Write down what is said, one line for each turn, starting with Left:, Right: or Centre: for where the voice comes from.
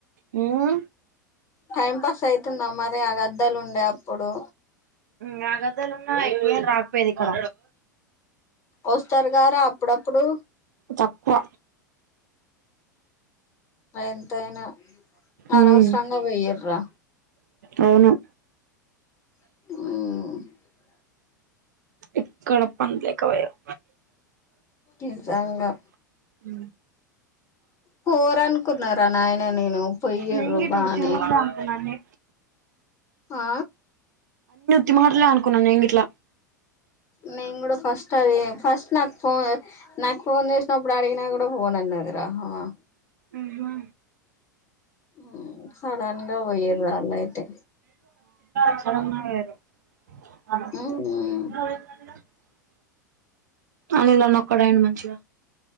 Right: మ్
Left: టైం పాస్ అయితుందా మరి ఆ గద్దాలు ఉండే అప్పుడు
Right: యా గద్దల్లునా ఇంకేం రాకపోయేది ఇక్కడ
Left: వస్తారు గారా అప్పుడప్పుడు
Right: తక్కువ
Left: ఎంతయినా అనవసరంగా
Right: ఉమ్
Left: పోయిర్రా
Right: అవును
Left: మ్
Right: ఎక్కడ పందలేక పోయార్
Left: నిజంగా
Right: అ
Left: పోరనుకున్నార నాయన నేను పొయ్యరు
Right: నేను గిట్ల
Left: బానే
Right: ఉత్తి మాటలే అనుకున్నా అన్ని
Left: ఆ
Right: చిన్న హటలే అనుకున్నాను నేన్ గిట్లా
Left: నే నేను కూడా ఫస్ట్ అదే ఫస్ట్ నాకు ఫోన్ నాకు ఫోన్ చేసినప్పుడు అడిగినా కూడా పోన్ అన్నది రా హ ఆ
Right: ఆహా
Left: మ్ సడన్ గా పోయిర్రు ఆళ్ళు అయితే
Right: <unintelligible>
Left: ఉమ్
Right: అనీదన్నక్కడయన మంచిగా